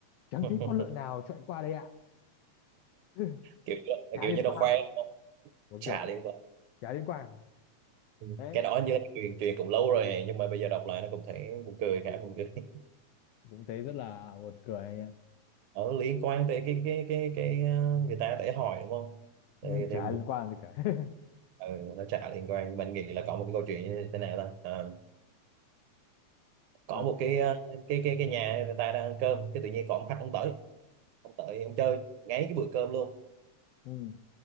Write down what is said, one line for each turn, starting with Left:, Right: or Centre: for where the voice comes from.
Left: chẳng
Right: <laughs>
Left: thấy con lợn nào chạy qua đây ạ <laughs>
Right: kiểu
Left: chả
Right: kiểu
Left: liên
Right: như nó
Left: quan
Right: khoe nó
Left: một
Right: trả
Left: kiểu
Right: liên quan
Left: chả liên quan
Right: Ừ.
Left: đấy
Right: cái đó như là cái chuyện chuyện cũng lâu rồi nhưng mà bây giờ đọc lại nó cũng thấy buồn cười khá buồn cười <laughs>
Left: cũng thấy rất là buồn cười anh ạ
Right: ở liên quan tới cái cái cái cái à, người ta để hỏi đúng không thì
Left: Ừ, chả
Right: thì
Left: liên quan gì cả <laughs>
Right: ừ, nó trả liên quan nhưng mình nghĩ là có một cái câu chuyện như thế nào ta Ờ, có
Left: Ờ,
Right: một cái à, cái cái cái nhà người ta đang ăn cơm cái tự nhiên có một khách ông tới ông tới ông chơi ngay cái bữa cơm luôn
Left: ừ,